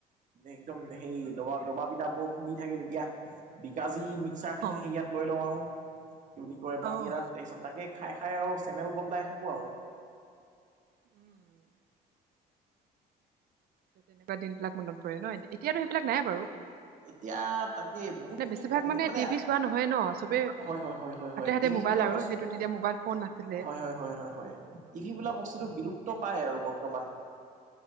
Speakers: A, on the right; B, on the right.
A: একদম হেই দবা দবা পিটা ব খুন্দি থাকে তেতিয়া বিকাজী মিক্সাৰখিনি
B: অ',
A: সেইয়াত লৈ লওঁ আৰু কি বুলি কয় বাতি
B: অ',
A: এটাত, তাৰপিছত তাকে খাই খাই আৰু চেনেল বদলাই থাকো আৰু
B: উম তেনেকুৱা দিন বিলাক মনত পৰে ন, এতিয়াতো সেইবিলাক নাই বাৰু
A: এতিয়া তাকে বহুত
B: মানে
A: খিনি
B: বেছিভাগ
A: কমি মানে
B: টিভি চোৱা নহয় ন' চবেই
A: হয় হয় হয় হয়
B: হাতে
A: হয়তি
B: হাতে মোবাইল
A: বোলা
B: আৰু
A: বস্তটো
B: সেইটো তেতিয়া মোবাইল ফোন নাছিলে।
A: হয় হয় হয় হয়, টিভি বোলা বস্তুটো বিলুপ্ত পাই আৰু ব বৰ্তমান